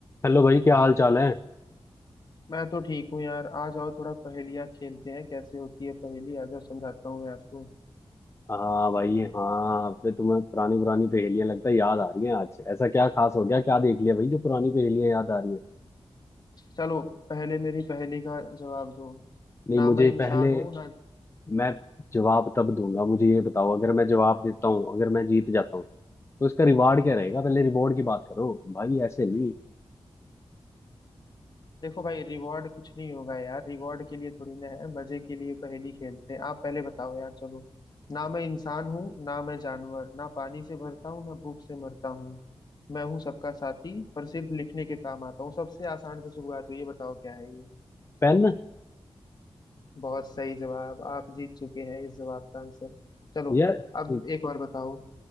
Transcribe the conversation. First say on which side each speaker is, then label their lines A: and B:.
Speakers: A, on the left; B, on the left.
A: Hello भाई क्या हाल चाल है
B: मैं तो ठीक हूँ यार आ जाओ थोड़ा पहेलियाँ खेलते हैं कैसे होती है पहेली आ जाओ समझाता हूँ मैं आपको
A: हाँ भाई हाँ अब तो तुम्हें पुरानी पुरानी पहेलियां लगता है याद आ रही हैं आज ऐसा क्या खास हो गया क्या देख लिया भाई जो पुरानी पहेलियां याद आ रही हैं
B: चलो पहले मेरी पहेली का जवाब दो
A: नहीं
B: ना
A: मुझे
B: मैं इंसान
A: पहले
B: हूँ ना
A: मैं जवाब तब दूंगा मुझे ये बताओ अगर मैं जवाब देता हूँ अगर मैं जीत जाता हूँ तो इसका रिवार्ड क्या रहेगा पहले रिवॉर्ड की बात करो भाई ऐसे नहीं
B: देखो भाई रिवॉर्ड कुछ नहीं होगा यार रिवॉर्ड के लिए थोड़ी ना है मजे के लिए पहेली खेलते हैं आप पहले बताओ यार चलो ना मैं इंसान हूँ ना मैं जानवर ना पानी से भरता हूँ ना भूख से मरता हूँ मैं हूँ सबका साथी पर सिर्फ लिखने के काम आता हूँ सबसे आसान से शुरुआत हुई ये बताओ क्या है ये।
A: पेन
B: बहुत सही जवाब आप जीत चुके हैं इस जवाब का आंसर चलो
A: यार
B: अब
A: एक-
B: एक और बताओ